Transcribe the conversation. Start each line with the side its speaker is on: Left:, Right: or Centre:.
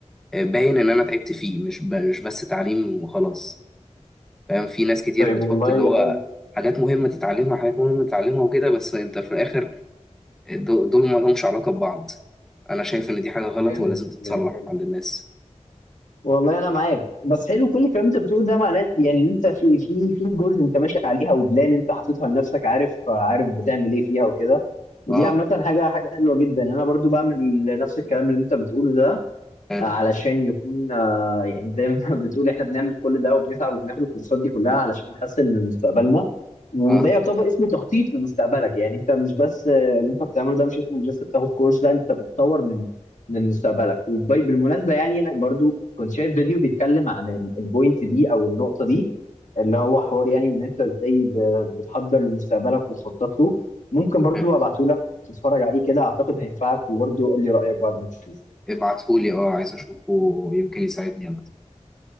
Centre: آه، باين ان انا تعبت فيه مش ب- مش بس تعليم وخلاص فاهم في ناس كتير
Left: طيب
Centre: بتحط
Left: والله
Centre: اللي هو
Left: حلو
Centre: حاجات مهمه تتعلمها حاجات مهمه تتعلمها وكده بس انت في الاخر آه، دو- دول ما لهمش علاقه ببعض انا شايف ان دي حاجه غلط
Left: جامد
Centre: ولازم تتصلح
Left: جميل
Centre: عند الناس
Left: والله انا معاك بس حلو كل الكلام انت بتقوله ده معناه يعني ان انت في في في جولز انت ماشي عليها وبلان انت حاططها لنفسك عارف عارف بتعمل ايه فيها وكده ودي
Centre: اه
Left: عامه حاجه حاجه حلوه جدا انا برضو بعمل نفس الكلام اللي انت بتقوله ده
Centre: حلو
Left: علشان يكون آه، يعني زي ما <laughs> بتقول احنا بنعمل كل ده وبنتعب وبناخد الكورسات دي كلها علشان نحسن من مستقبلنا وده
Centre: اه
Left: يعتبر اسمه تخطيط لمستقبلك يعني انت مش بس آه، اللي انت بتعمله ده مش اسمه بس بتاخد كورس لا انت بتطور من من مستقبلك وبالمناسبة يعني انا برضو كنت شايف فيديو بيتكلم عن ال- البوينت دي او النقطة دي اللي هو حوار يعني ان انت ازاي ب- بتحضر لمستقبلك وتخطط له ممكن برضو
Centre: اه
Left: ابعته لك تتفرج عليه كده اعتقد هينفعك وبرضو قول لي رأيك بعد ما تشوفه
Centre: ابعتهولي اه عايز اشوفه يمكن يساعدني اكتر